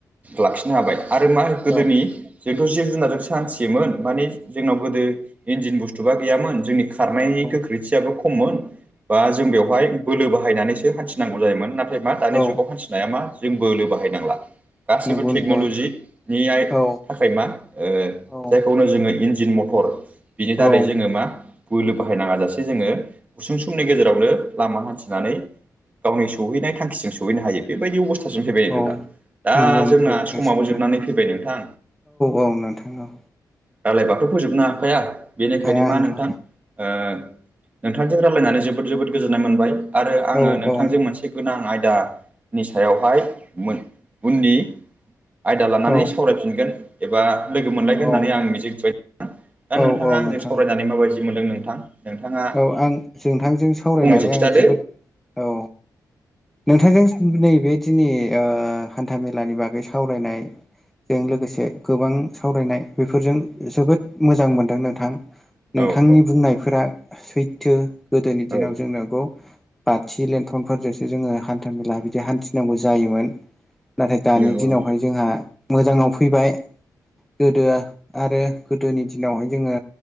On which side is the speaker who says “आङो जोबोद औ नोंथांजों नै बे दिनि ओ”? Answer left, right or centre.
Centre